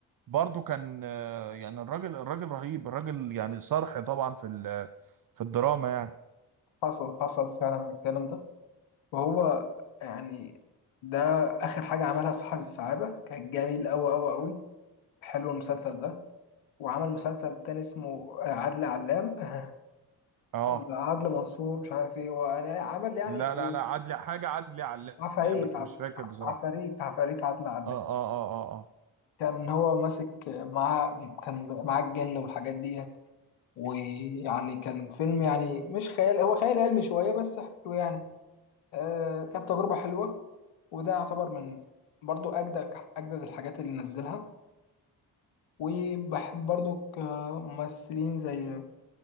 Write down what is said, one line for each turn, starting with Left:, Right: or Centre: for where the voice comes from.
Right: برضه كان آه، يعني الراجل الراجل رهيب الراجل يعني صرح طبعا في ال- في الدراما يعني
Left: حصل حصل فعلا من الكلام ده وهو يعني ده اخر حاجه عملها صاحب السعاده كان جميل قوي قوي قوي حلو المسلسل ده وعمل مسلسل تاني اسمه آه، عدل علام <laughs>
Right: اه
Left: ولا عدل منصور مش عارف ايه وانا عمل يعني
Right: لا
Left: و-
Right: لا لا عدلي حاجة عدلي علام
Left: عفاريت
Right: بس
Left: عف-
Right: مش فاكر بصراحة
Left: عفاريت عفاريت عدل علام
Right: اه اه اه اه
Left: كان هو ماسك معاه كان معاه الجن والحاجات دي ويعني كان فيلم يعني مش خيال هو خيال علمي شوية بس حلو يعني آه كانت تجربة حلوة وده يعتبر من برضو أجدد أجدد الحاجات اللي نزلها وبحب برضو كممثلين زي